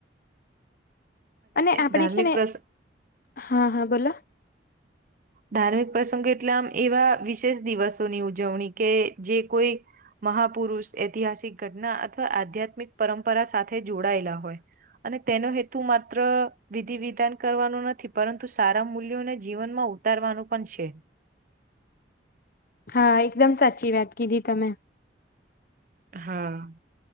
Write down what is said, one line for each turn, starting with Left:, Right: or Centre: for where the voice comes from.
Left: અને આપણી
Right: ધાર્મિક
Left: છે ને
Right: પ્રસંગ
Left: હા હા બોલો.
Right: ધાર્મિક પ્રસંગો એટલે આમ એવા વિશેષ દિવસોની ઉજવણી કે જે કોઈ મહાપુરુષ ઐતિહાસિક ઘટના અથવા આધ્યાત્મિક પરંપરા સાથે જોડાયેલા હોય‌. અને તેનો હેતુ માત્ર વિધિ વિધાન કરવાનો નથી પરંતુ સારા મૂલ્યોને જીવનમાં ઉતારવાનું પણ છે.
Left: હા એકદમ સાચી વાત કીધી તમે.
Right: હા.